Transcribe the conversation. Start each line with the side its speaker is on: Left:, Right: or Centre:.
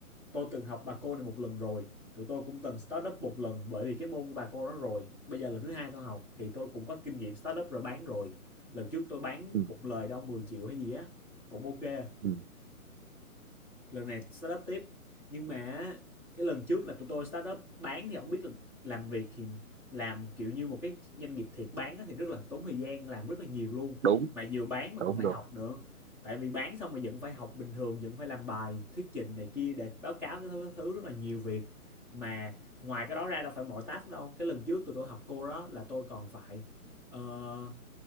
Centre: tôi từng học bà cô này một lần rồi tụi tôi cũng từng start up một lần bởi vì cái môn của bà cô đó rồi bây giờ lần thứ hai tôi học thì tôi cũng có kinh nghiệm start up rồi bán rồi lần trước tôi bán
Right: ừ,
Centre: cục lời đâu 10 triệu hay gì á cũng ok
Right: ừ
Centre: lần này start up tiếp nhưng mà cái lần trước là tụi tôi start up bán thì không biết là làm việc thì làm kiểu như một cái doanh nghiệp thiệt bán á thì rất là tốn thời gian làm rất là nhiều luôn
Right: đúng
Centre: mà vừa bán mà
Right: đúng
Centre: còn phải
Right: đúng
Centre: học nữa tại vì bán xong mà vẫn phải học bình thường vẫn phải làm bài thuyết trình này kia để báo cáo cái thứ, thứ rất là nhiều việc mà ngoài cái đó ra đâu phải mọi task đâu cái lần trước tụi tôi học cô đó là tôi còn phải ờ,